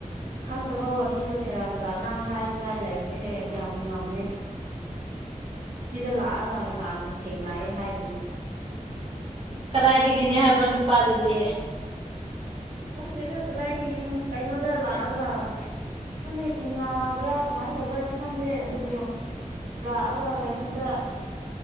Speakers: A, on the right; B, on the right.
A: ꯈꯪꯗꯕ ꯋꯥꯔꯤꯗꯣ ꯁꯦꯔꯥꯟ ꯇꯨꯔꯥꯟ ꯑꯉꯥꯡꯉꯦ ꯍꯥꯏꯅꯤꯡꯉꯥꯏ ꯂꯩꯇ꯭ꯔꯦ ꯍꯌꯦꯡ ꯌꯥꯝ ꯉꯝꯃꯦ ꯁꯤꯗ ꯂꯥꯛꯑꯒ ꯅꯍꯥꯟ ꯊꯦꯡꯅꯌꯦꯦ ꯍꯥꯏꯗꯨꯗꯤ
B: ꯀꯗꯥꯏꯗꯒꯤꯅꯤ ꯍꯥꯏꯕ꯭ꯔꯣ ꯅꯨꯄꯥꯗꯗꯤ
A: ꯀꯔꯤꯗ ꯀꯗꯥꯏꯇꯤꯒꯦꯅ ꯀꯩ ꯅꯣꯗꯂ ꯑꯒ ꯈꯪꯅ ꯊꯦꯡꯅꯕ꯭ꯔꯥ ꯀꯃꯥꯏꯅ ꯇꯧꯕ꯭ꯔꯥꯗꯤ ꯈꯪꯗꯦ ꯑꯗꯨꯕꯨ ꯂꯥꯛꯑꯒ ꯀꯩꯅꯣꯗ